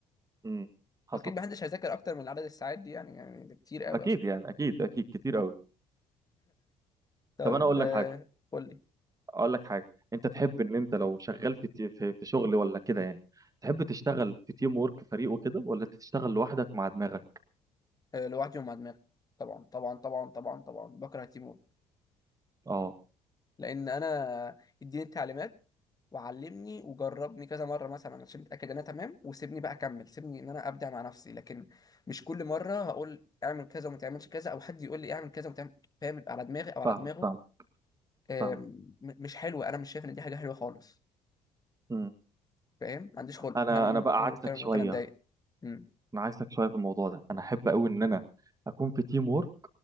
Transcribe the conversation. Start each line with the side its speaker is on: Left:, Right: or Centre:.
Right: امم حصل
Left: واكيد محدش هيذاكر اكتر من عدد الساعات دي يعني يعني ده كتير قوي
Right: اكيد
Left: اصلا
Right: يعني اكيد اكيد كتير قوي
Left: طيب
Right: طب انا اقول
Left: آه،
Right: لك حاجه
Left: قول لي
Right: اقول لك حاجه انت تحب ان انت لو شغال في تي- في, في شغل ولا كده يعني تحب تشتغل في تيم وورك فريق وكده ولا انت تشتغل لوحدك مع دماغك
Left: آه، لوحدي ومع دماغي طبعا طبعا طبعا طبعا طبعا بكره تيمور
Right: اه
Left: لان انا اديني التعليمات وعلمني وجربني كذا مره مثلا عشان اتاكد ان انا تمام وسيبني بقى اكمل سيبني ان انا ابدع مع نفسي لكن مش كل مره هقول اعمل كذا وما تعملش كذا او حد يقول لي اعمل كذا وما تعمل فاهم يبقى على دماغي او على
Right: فاهمك
Left: دماغه
Right: فاهمك
Left: آم،
Right: فاهمك
Left: م- مش حلوه انا مش شايف ان دي حاجه حلوه خالص
Right: امم
Left: فاهم ما عنديش خلق
Right: انا
Left: انا ممكن
Right: انا بقى عكسك
Left: ممكن
Right: شويه
Left: ممكن اتضايق مم.
Right: انا عكسك شويه في الموضوع ده انا احب قوي ان انا اكون في تيم وورك